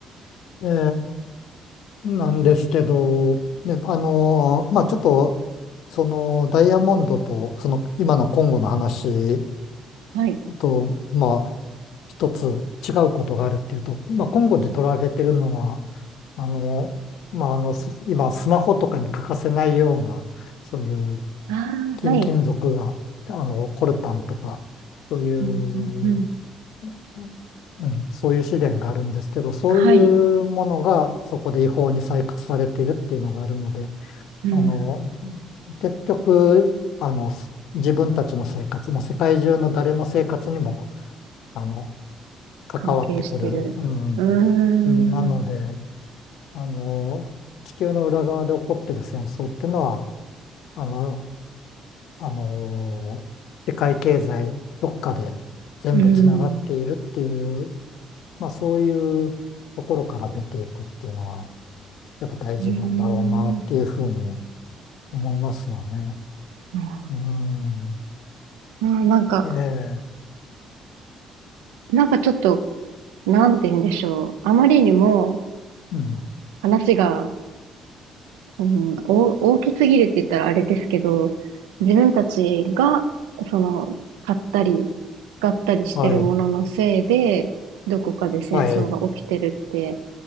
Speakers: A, on the left; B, on the right.
A: ええ、なんですけど、ね、あの、まあ、ちょっと、その、ダイヤモンドと、その、今のコンゴの話
B: はい。
A: と、まあ、一つ違うことがあるっていうと、まあ、コンゴで取られてるのは、あの、まあ、あの、す今、スマホとかに欠かせないような、そういう
B: ああ、
A: 金、
B: はい。
A: 金属が、あの、コルタンとか、そういう、
B: うんうんうん。
A: うんうん、そういう資源があるんですけど、そういうものがそこで違法に採掘されているっていうのがあるので、
B: はい。うん。
A: あの、結局、あの、自分たちの生活も世界中の誰の生活にも、あの、関わってくる。
B: 関係してる。
A: うん。
B: うーん。
A: うんなので、あの、地球の裏側で起こってる戦争っていうのは、あの、あの、世界経済どっかで全部つながっているっていう
B: うん。
A: まあそういうところから見ていくっていうのは、やっぱ大事なんだろうなっていうふうに
B: へえ。
A: 思いますよね。
B: あ
A: うん。
B: あ、なんか、
A: ええ。
B: なんかちょっと、なんて言うんでしょう。あまりにも
A: うん。
B: 話が、うん、お大きすぎるって言ったらあれですけど、自分たちが、その、買ったり、使ったりしてるもののせいで、
A: はい。
B: どこかで戦争が起きてるって、
A: はい。